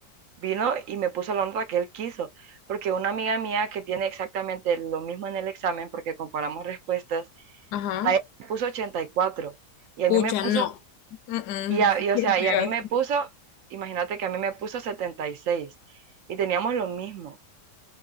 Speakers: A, on the right; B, on the left.
A: vino y me puso la honra que él quiso, porque una amiga mía que tiene exactamente lo mismo en el examen, porque comparamos respuestas,
B: Ajá.
A: a él me puso ochenta y cuatro y a
B: Pucha,
A: mí me puso,
B: no. Mm-mm.
A: y, a- y, o
B: Qué
A: sea,
B: feo.
A: y a mí me puso, imagínate que a mí me puso setenta y seis y teníamos lo mismo.